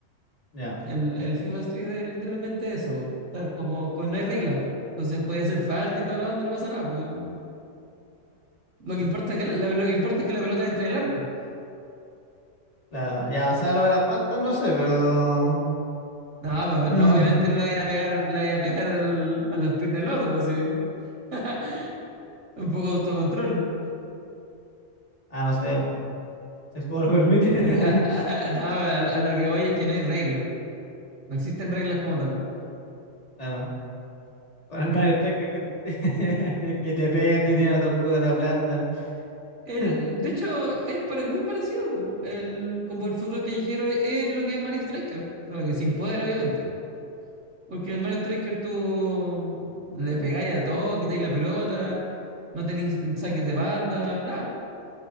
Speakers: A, on the left; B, on the right.
A: Ya.
B: El, el FIFA Street es literalmente eso, po, estar como, con, no hay reglas, po. Entonces puede hacer falta y toda la onda y no pasa nada, po, si no- Lo que importa es que la, la- lo que importa es que la pelota entre en el arco.
A: Claro, ya, o sea, lo de la falta no sé, pero...
B: No, pero
A: <laughs>
B: no, obviamente no la iba a pegar, la iba a pegar al- a las piernas del otro, sí. <laughs> Un poco de autocontrol.
A: Ah, no sé, o- si el juego lo permite. <laughs>
B: A lo que, a- a- a- no, a lo- a lo que voy es que no hay reglas. No existen reglas como tal.
A: Claro, con el Mario Striker que, te- <laughs> que te pegan, te tiran la tortuga, te aplastan.
B: El,
A: <laughs>
B: de hecho, es pare- muy parecido, po. El, como el fútbol callejero es, es lo que es Mario Striker, solo que sin poder, obviamente. po. Porque en Mario Striker tú le pegáis a todo, quitáis la pelota, no tenéis saques de banda, nada. po.